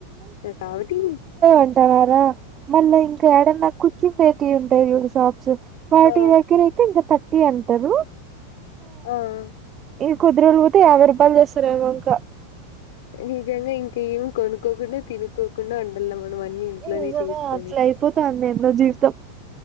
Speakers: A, on the left; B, on the right.
A: ఇక కావట్టి
B: అంటన్నారా మళ్ళా ఇంకా యాడన్నా కూర్చుంటే టీ ఉంటాయి షాప్స్, వాటి
A: ఆ
B: దగ్గర అయితే ఇంకా థర్టీ అంటరు.
A: ఆ ఆ
B: ఇగ కొద్దిరోజులు పోతే యాభై రూపాయలు చేస్తారెమో ఇంక
A: నిజంగా ఇంక ఏం కొనుక్కోకుండా తినుకోకుండా ఉండలేమో అవన్నీ ఇంట్లోనే
B: నిజమే
A: చేసుకొని
B: అట్లా అయిపోతాంది ఏందో జీవితం